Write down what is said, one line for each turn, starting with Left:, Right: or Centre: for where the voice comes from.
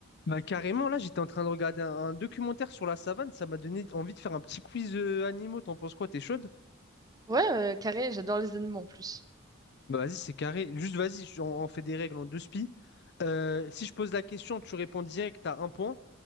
Left: Bah, carrément, là, j'étais en train de regarder un, un documentaire sur la savane. Ça m'a donné envie de faire un petit quiz euh, animaux. T'en penses quoi? T'es chaude?
Right: Ouais, euh, carré, j'adore les animaux en plus.
Left: Bah, vas-y, c'est carré. Juste, vas-y, je- on, on fait des règles en deux spi. Euh, si je pose la question, tu réponds direct, t'as un point.